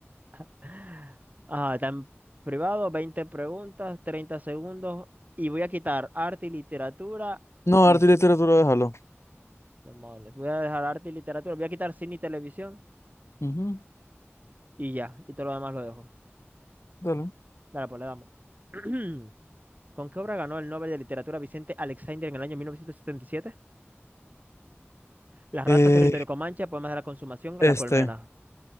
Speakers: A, on the right; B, on the left.
A: <laughs> Ah, está en privado, 20 preguntas, 30 segundos. Y voy a quitar arte y literatura
B: No,
A: y...
B: arte
A: s-
B: y literatura, déjalo.
A: demonios, Voy a dejar arte y literatura. Voy a quitar cine y televisión
B: Ujú,
A: y ya. Y todo lo demás lo dejo.
B: Dale.
A: Dale, pues le damos. <clears throat> ¿Con qué obra ganó el Nobel de Literatura Vicente Alexander en el año 1977? Las ratas,
B: Eh,
A: territorio Comanche, poemas de la consumación,
B: este.
A: la colmena.